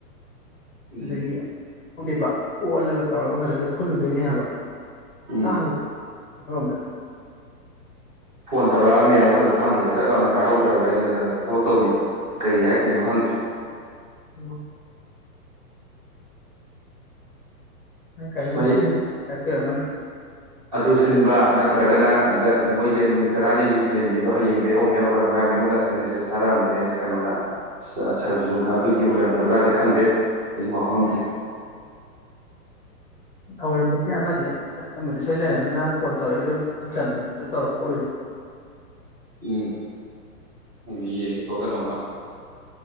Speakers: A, on the right (about 25°); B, on the left (about 40°).
A: ꯎꯝ
B: ꯑꯗꯒꯤ ꯠꯂꯤꯕ ꯀꯣꯠꯂꯒ ꯇꯧꯔꯒ ꯃꯗꯨꯗ ꯈꯨꯜꯂꯨꯗꯣꯏꯅꯦ ꯍꯥꯏꯕ
A: ꯎꯝ
B: ꯀꯥꯡꯪꯉꯨ ꯑꯃꯔꯣꯝꯗ
A: ꯐꯣꯟ ꯇꯧꯔꯛꯑꯝꯃꯦ ꯑꯃꯗ ꯊꯝꯈ꯭ꯔꯦ ꯇꯠ ꯂꯥꯎꯞꯅ ꯄꯥꯏꯍꯧꯗ꯭ꯔꯕ ꯑꯩꯅ ꯀꯩꯅꯣꯗ ꯊꯕꯛ ꯇꯧꯕꯤꯗꯕ ꯀꯩ ꯍꯥꯏꯔꯛꯇꯣꯏꯅꯣ ꯈꯪꯗꯦ
B: ꯎ ꯅ ꯀꯩꯅꯣꯝ
A: ꯃꯩ
B: ꯁꯤꯟ ꯍꯥꯏꯔꯛꯇꯣꯏꯔꯝꯒꯅꯤ
A: ꯑꯗꯨ ꯁꯤꯟꯕ ꯅꯠꯇ꯭ꯔꯒꯅꯒ ꯃꯣꯏꯒꯤ ꯅꯨꯃꯤꯠ ꯇꯔꯥꯅꯤꯒꯤ ꯍꯍꯦꯟꯕꯤꯗꯣ ꯍꯌꯦꯡꯗꯒꯤ ꯍꯧꯅꯦꯕ ꯀꯩꯅꯣꯝ ꯍꯥꯏꯕꯅꯤ ꯑꯩꯉꯣꯟꯗ ꯉꯁꯥꯏ ꯃꯦꯁꯦꯁ ꯊꯥꯔꯛꯑꯝꯕꯅꯦ ꯀꯩꯅꯣꯅ ꯁꯔꯖꯨꯅ ꯑꯗꯨꯒꯤ ꯑꯣꯏꯔꯝꯒꯗ꯭ꯔꯥꯗꯤ ꯈꯪꯗꯦ ꯑꯩꯁꯨ ꯄꯥꯎꯍꯥꯎꯔꯝꯗ꯭ꯔꯤ
B: ꯑꯣꯏꯔꯝꯕꯁ ꯑꯃꯗꯤ ꯑꯃꯗꯤ ꯁꯣꯏ ꯂꯩꯔꯝꯃꯅꯤ ꯃꯥꯅ ꯐꯣꯟ ꯇꯧꯔꯛꯏꯗꯨ ꯏꯆꯝ ꯆꯝꯅꯁꯨ ꯇꯧꯔꯛꯄ ꯑꯣꯏꯔꯣꯏ
A: ꯎꯝ ꯑꯗꯨꯗꯤ ꯌꯦꯡꯒꯦꯀꯣ ꯀꯩꯅꯣꯝꯃ